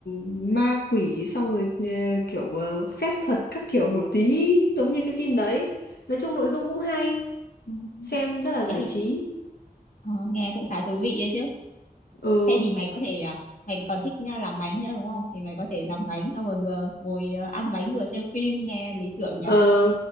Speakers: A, on the left; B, on the left.
A: ma quỷ xong rồi ờ, kiểu ờ, phép thuật các kiểu một tí giống như cái phim đấy nói chung nội dung cũng hay
B: Ừ,
A: xem rất là giải
B: thế thì
A: trí
B: ờ, nghe cũng khá thú vị đấy chứ
A: ừ
B: thế thì mày có thể à, mày còn thích nha, làm bánh nữa đúng không thì mày có thể làm bánh xong rồi vừa ngồi à, ăn bánh vừa xem phim nghe lý tưởng
A: Ờ,
B: nhỉ